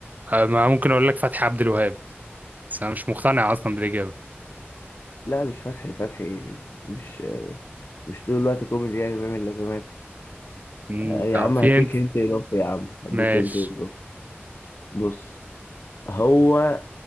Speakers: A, on the right; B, on the left.
A: آه، ما ممكن اقول لك فتحي عبد الوهاب بس انا مش مقتنع اصلا بالاجابه
B: لا مش فتحي فتحي مش مش طول الوقت كوميدي يعني بيعمل لازمات
A: مم،
B: آه، يا
A: طب
B: عم
A: في
B: هديك
A: انت
B: انت اضافه يا عم هديك
A: ماشي
B: انت اضافه بص هو